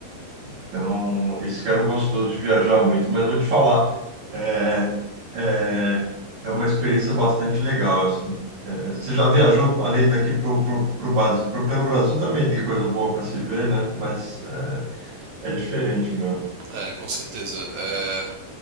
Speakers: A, on the right; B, on the right.
A: Então, esse cara gostou de viajar muito, mas vou te falar, é, é, é uma experiência bastante legal, assim. É, você já viajou além daqui pro, pro, pro Brasil, pro- pelo Brasil também tem coisa boa para se ver, né? Mas é, é diferente mesmo.
B: é, com certeza. É,